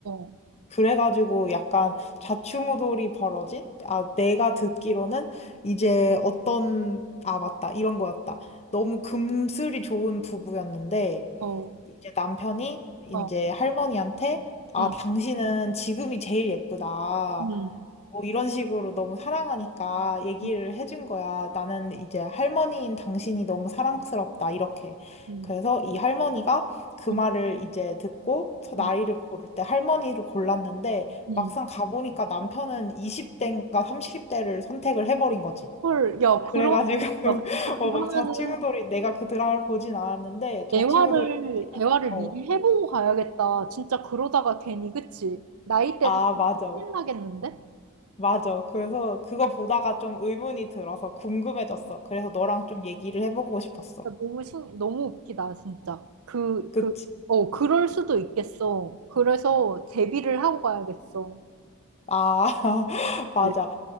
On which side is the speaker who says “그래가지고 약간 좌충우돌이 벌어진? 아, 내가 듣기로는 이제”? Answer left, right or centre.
Left